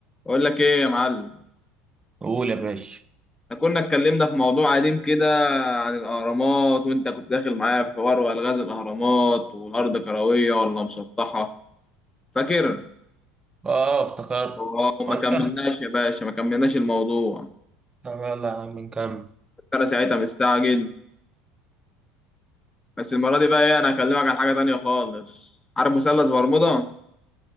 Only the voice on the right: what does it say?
قول يا باشا
اه افتكرت
وانت
طب يلا يا عم نكمل